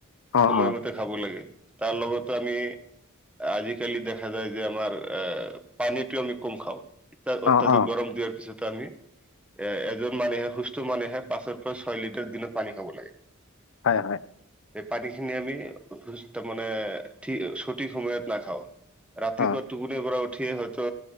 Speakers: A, on the left (about 65°); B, in the centre.
A: অ',
B: সময়মতে
A: অ',
B: খাব লাগে তাৰ লগত আমি আজিকালি দেখা যায় যে আমাৰ আহ পানীটো আমি কম খাওঁ।
A: অ',
B: অত্যাধিক
A: অ',
B: গৰম দিয়াৰ পিছত আমি এ এজন মানুহে, সুস্থ মানুহে পাঁচৰ পৰা ছয় লিটাৰ দিনত পানী খাব লাগে।
A: হয় হয়।
B: এই পানীখিনি আমি সুস্থ মানে সঠিক সময়ত নাখাওঁ। ৰাতিপুৱা
A: অ',
B: টুপনিৰ পৰা উঠিয়ে হয়তো